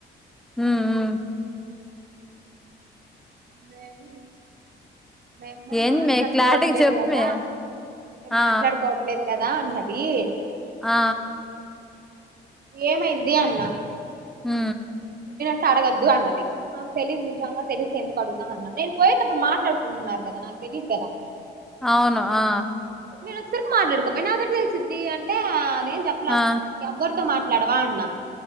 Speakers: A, in the centre; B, on the right.
A: హూ ఊ
B: మేం మేము
A: ఏంది
B: మాట్లాడుకోవట్లేదు
A: మే క్లారిటీగా చెప్పు
B: గదా
A: మే
B: మేం
A: ఆ
B: మాట్లాడుకోవట్లేదు గదా అన్నది రీ
A: ఆ
B: ఏమైంది, అన్న
A: హు
B: టే అడగద్దు అన్నది నాక్ తెలీదు నిజంగా తెలిస్తే ఎందుకు అడుగుతా అన్న నేన్ పోయేటప్పుడు మాట్లాడుకుంట్నారు కదా నాక్ వెళ్ళిరుకదా
A: హవును ఆ
B: నేనొచ్సరికి మాట్లాడుకోపాయె నాకెట్ల తెలిసిద్ది అంటే ఆ అదేం చెప్లా
A: ఆ
B: ఎవ్వరితో మాట్ ట్లడవా అన్నా